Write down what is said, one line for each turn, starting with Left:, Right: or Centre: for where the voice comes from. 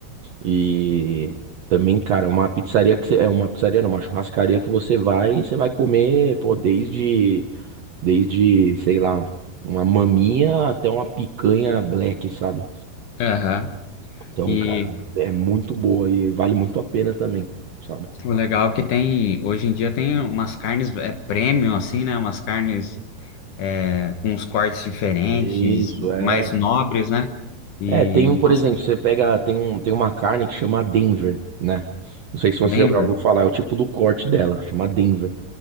Right: E também, cara, uma pizzaria que você, é uma pizzaria, não, uma churrascaria que você vai e você vai comer, pô, desde, desde, sei lá, uma maminha até uma picanha black, sabe?
Left: Aham.
Right: Então,
Left: E
Right: cara, é muito boa e vale muito a pena também. sabe?
Left: o legal é que tem, hoje em dia tem umas carnes é, premium, assim, né? Umas carnes é, com uns cortes diferentes,
Right: Isso, é.
Left: mais nobres, né? E,
Right: É, tem um, por
Left: nossa,
Right: exemplo, você pega, tem um, tem uma carne que chama Denver, né? Não sei se você
Left: Denver,
Right: já ouviu falar, é o tipo do corte dela, chama Denver.